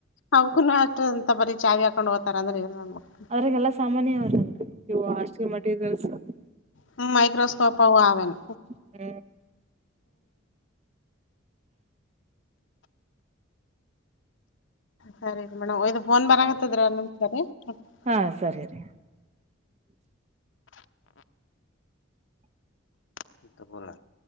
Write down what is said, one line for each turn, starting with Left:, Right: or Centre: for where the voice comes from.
Left: ಅವಕೂನು ಅಷ್ಟ ಅಂತ ಬರಿ ಚಾವಿ ಹಾಕೊಂಡ ಹೋಗ್ತಾರ <unintelligible>
Right: ಅವ್ರಿಗೆಲ್ಲ ಸಾಮಾನ್ಯ <unintelligible>
Left: ಹ್ಮ ಮೈಕ್ರೋಸ್ಕೋಪ ಅವು ಆವ್ ಏನೋ.
Right: ಹ್ಮ
Left: ಸರಿ ರೀ ಮೇಡಮ್ ಇದು ಫೋನ್ ಬರಕತ್ತದರಿ <unintelligible>
Right: ಹಾ ಸರಿ ರಿ.
Left: <unintelligible>